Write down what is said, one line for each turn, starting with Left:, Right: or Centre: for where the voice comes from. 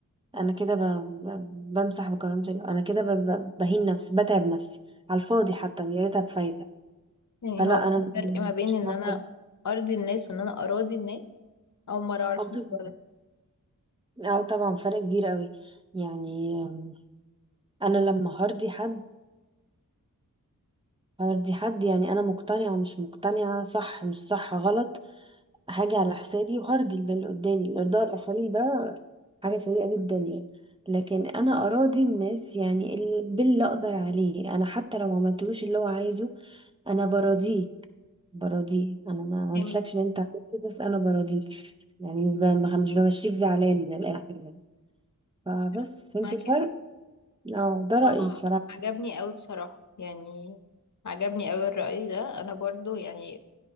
Right: انا كده ب... ب... بمسح بكرامة ال- انا كده ب... ب... بهين نفسي بتعب نفسي على الفاضي حتى يا ريتها بفايدة
Left: يعني
Right: فلا
Left: هو
Right: انا
Left: في فرق ما بين
Right: مش
Left: ان
Right: مقدرة
Left: انا ارضي الناس وان انا اراضي الناس اول مرة اعرف
Right: اه طب-
Left: الموضوع ده
Right: آه طبعا فرق كبير قوي يعني آم، انا لما هرضي حد هردي حد يعني انا مقتنعة مش مقتنعة صح مش صح غلط حاجة على حسابي وهرضي البال اللي قدامي الارضاء الاخرين ده حاجة سيئة جدا يعني لكن انا اراضي الناس يعني ال- باللي اقدر عليه انا حتى لو ما عملتلوش اللي هو عايزه انا براضيه براضيه انا ما عملتلكش
Left: فهمت
Right: اللي انت عملته بس انا براضيك يعني مش بم- مش بمشيك زعلان من الاخر يعني فبس
Left: صح <laughs>
Right: فهمت
Left: معاكي
Right: الفرق
Left: حق
Right: اه ده رأيي
Left: اه
Right: بصراحة
Left: عجبني قوي بصراحة يعني عجبني قوي الرأي ده انا برضو يعني